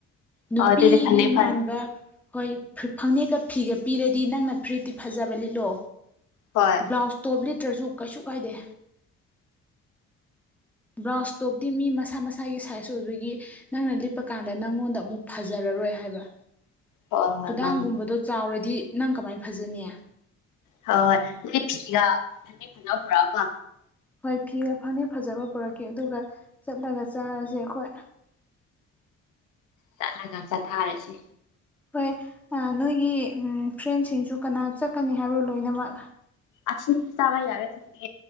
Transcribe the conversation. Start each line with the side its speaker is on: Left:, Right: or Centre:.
Centre: ꯅꯨꯄꯤꯒꯤ
Left: ꯍꯣꯏ ꯑꯗꯨꯗꯤ ꯐꯅꯦꯛ ꯐ
Centre: ꯃꯥꯟꯕ ꯍꯣꯏ ꯐꯥ ꯐꯅꯦꯛꯀꯥ ꯐꯤꯒꯥ ꯄꯤꯔꯗꯤ ꯅꯪꯅ ꯐ꯭ꯔꯤꯠꯇꯤ ꯐꯖꯕ ꯂꯤꯠꯂꯣ
Left: ꯍꯣꯏ
Centre: ꯕ꯭ꯂꯥꯎꯁ ꯇꯣꯞ ꯂꯤꯇ꯭ꯔꯥꯁꯨ ꯀꯩꯁꯨ ꯀꯥꯏꯗꯦ ꯕ꯭ꯔꯥꯎꯁ ꯇꯣꯞꯇꯤ ꯃꯤ ꯃꯁꯥ ꯃꯁꯥꯒꯤ ꯁꯥꯏꯖ ꯑꯣꯏꯕꯒꯤ ꯅꯪꯅ ꯂꯤꯞꯄ ꯀꯥꯟꯗ ꯅꯪꯉꯣꯟꯗ ꯑꯃꯨꯛ ꯐꯖꯔꯔꯣꯏ ꯍꯥꯏꯕ
Left: ꯍꯣꯏ ꯍꯣꯏ
Centre: ꯈꯨꯗꯥꯡꯒꯨꯝꯕꯗꯣ
Left: ꯃꯥꯅꯤ
Centre: ꯆꯥꯎꯔꯗꯤ ꯅꯪ ꯀꯃꯥꯏ ꯐꯖꯅꯤ
Left: ꯍꯣꯏ ꯍꯣꯏ ꯑꯗꯨꯗꯤ ꯐꯤꯒꯥ ꯐꯅꯦꯛ ꯐꯖꯥ ꯄꯨꯔꯥꯀꯣ
Centre: ꯍꯣꯏ ꯐꯤꯒꯥ ꯐꯅꯦꯛ ꯐꯖꯕ ꯄꯨꯔꯛꯀꯦ ꯑꯗꯨꯒꯥ ꯆꯠꯂꯒꯥ ꯆꯥꯔꯁꯦ ꯑꯩꯈꯣꯏ
Left: ꯆꯠꯂꯒꯥ ꯆꯥꯊꯥꯔꯁꯤ
Centre: ꯍꯣꯏ ꯑꯥ ꯅꯣꯏꯒꯤ ꯎꯝ ꯐ꯭ꯔꯦꯟꯁꯤꯡꯁꯨ ꯀꯅꯥ ꯆꯠꯀꯥꯅꯤ ꯍꯥꯏꯕ꯭ꯔꯣ ꯂꯣꯏꯅꯃꯛ
Left: ꯑꯁꯤ ꯆꯥꯕ ꯌꯥꯔꯣꯏ ꯁꯤꯝꯗꯤ